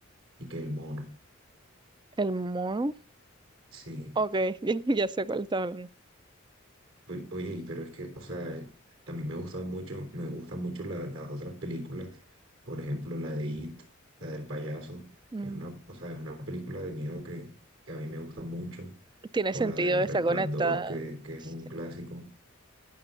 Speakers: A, on the right; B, on the right.
A: y que el mono.
B: El mono,
A: Sí.
B: ok, <laughs> ya, ya sé cuál está hablando.
A: Oy- Oye, y pero es que, o sea, eh, a mí me gustan mucho, me gustan mucho la- las otras películas. Por ejemplo, la de It, la del payaso.
B: Mm,
A: Es una, o sea, es una película de miedo que, que a mí me gusta mucho.
B: Tiene
A: O
B: sentido,
A: la del
B: está
A: Resplandor,
B: conectada.
A: que, que es
B: Sí.
A: un clásico.